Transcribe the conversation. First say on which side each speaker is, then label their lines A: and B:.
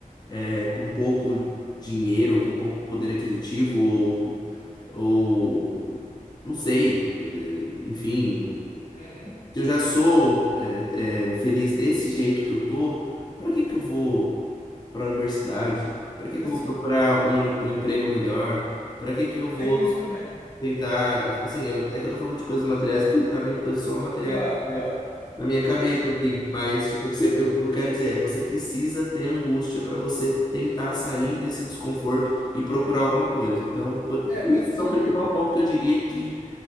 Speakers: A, on the left; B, on the left.
A: é, com pouco dinheiro, ou com pouco poder aquisitivo, ou, ou não sei, é, enfim
B: Uhum.
A: eu já sou é, é, feliz desse jeito que eu tô, para que que eu vou para a universidade? Para que que
B: Assim,
A: eu vou procurar um, um emprego melhor? Para que que eu vou
B: tem isso também.
A: tentar, tipo assim, eu- é que eu tô falando de coisas materiais porque tá vindo coisas só materiais
B: Claro, claro.
A: na minha cabeça,
B: É, que-
A: assim, mas tipo, você, eu, o que eu quero dizer é, você precisa ter angústia para você tentar sair desse desconforto e procurar alguma coisa. Então, por-
B: é,
A: esse
B: mas assim,
A: é o principal
B: eu,
A: ponto que eu diria que